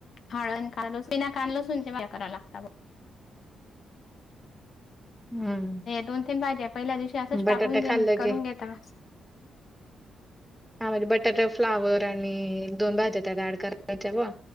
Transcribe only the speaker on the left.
हळद, बिना कांदा-लसुण करावा लागला बा.
दोन-तीन भाज्या पहिल्या दिवशी असंच
टाकून घेऊन
करून
घेता.